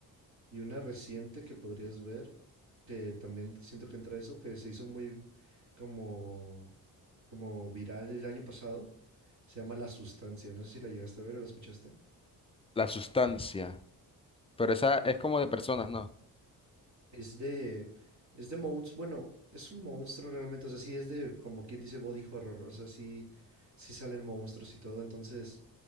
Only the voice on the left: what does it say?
La sustancia, pero esa es como de personas, ¿no?